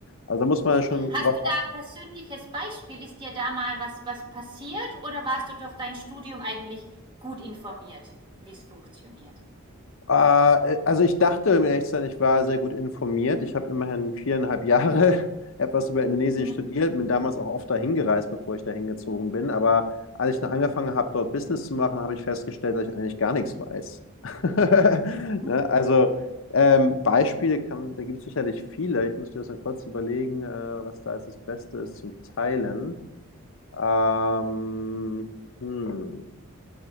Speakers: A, on the left; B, on the right.
A: Also da muss man ja schon
B: Hast
A: drauf
B: du da
A: achten.
B: ein persönliches Beispiel? Ist dir da mal was, was passiert oder warst du durch dein Studium eigentlich gut informiert, wie es funktioniert?
A: Äh, äh, also ich dachte, um ehrlich zu sein, ich war sehr gut informiert. Ich habe immerhin viereinhalb Jahre <laughs> etwas über Indonesien
B: Mhm,
A: studiert, bin damals auch oft dahin gereist, bevor ich dahin gezogen bin. Aber als ich dann angefangen habe, dort Business zu machen, habe ich festgestellt, dass ich eigentlich gar nichts weiß. <laughs>
B: mhm,
A: Ne? Also ähm, Beispiele kann, da gibt es sicherlich viele. Ich müsste jetzt mal kurz überlegen, äh, was da jetzt das Beste ist zum Teilen. Ähm, hm.